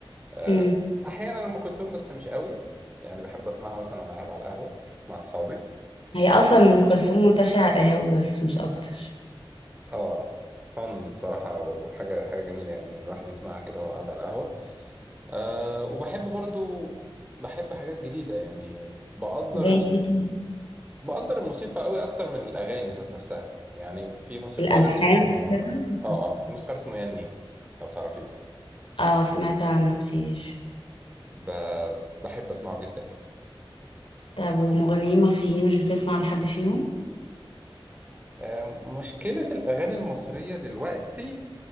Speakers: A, on the right (about 15°); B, on the left (about 70°).
A: آه
B: مم.
A: أحيانا أم كلثوم بس مش قوي يعني بحب أسمعها مثلا وأنا قاعد على القهوة مع أصحابي
B: هي أصلا أم كلثوم منتشرة على القهاوي بس مش أكتر
A: آه فن بصراحة وحاجة حاجة جميلة يعني إن الواحد يسمعها كده وهو قاعد على القهوة أه وبحب برضو بحب حاجات جديدة يعني بقدر
B: زي
A: ال...
B: دي كان
A: بقدر الموسيقى قوي أكتر من الأغاني ذات نفسها يعني في موسيقار
B: الألحان
A: اسمه آه
B: كده
A: آه في موسيقار اسمه يني لو تعرفيه
B: اه سمعت عنه كتير
A: ب... بحب أسمعه جدا يعني
B: طب ومغنيين مصريين مش بتسمع لحد فيهم؟
A: أه مشكلة الأغاني المصرية دلوقتي